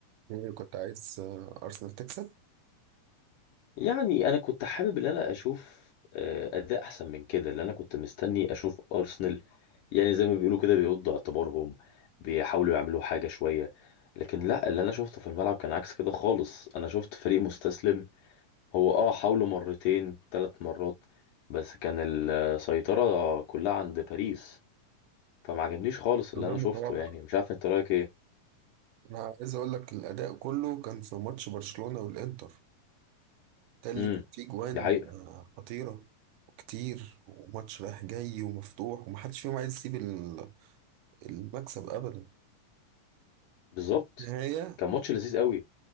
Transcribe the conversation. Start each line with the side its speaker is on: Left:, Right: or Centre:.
Right: ايه كنت عايز آه، ارسنال تكسب
Left: يعني انا كنت حابب ان انا اشوف آه، اداء احسن من كده اللي انا كنت مستني اشوف ارسنال يعني زي ما بيقولوا كده بيردوا اعتبارهم بيحاولوا يعملوا حاجة شوية لكن لا اللي انا شفته في الملعب كان عكس كده خالص انا شفت فريق مستسلم هو اه حاولوا مرتين ثلاث مرات بس كان السيطرة كلها عند باريس فما عجبنيش خالص اللي
Right: أنا ده
Left: انا
Right: المتوقع
Left: شفته يعني مش عارف انت رايك ايه
Right: انا عايز اقول لك الاداء كله كان في ماتش برشلونة والانتر ده اللي
Left: امم
Right: كان فيه جوان
Left: دي حقيقه
Right: آه، خطيرة وكتير وماتش رايح جاي ومفتوح ومحدش فيهم عايز يسيب ال- المكسب ابدا
Left: بالظبط
Right: النهاية
Left: كان ماتش لذيذ قوي